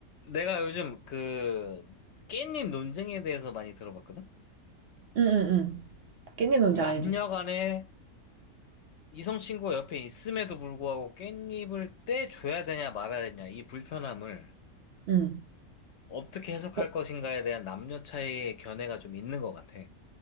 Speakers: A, on the left; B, on the right.
A: 내가 요즘 그 깻잎 논쟁에 대해서 많이 들어봤거든?
B: 응, 응, 응. 깻잎 뭔지
A: 남녀
B: 알지?
A: 간에 이성 친구가 옆에 있음에도 불구하고 깻잎을 떼줘야 되냐 말아야 되냐 이 불편함을
B: 응.
A: 어떻게 해석할
B: 어,
A: 것인가에 대한 남녀 차이의 견해가 좀 있는 것 같아.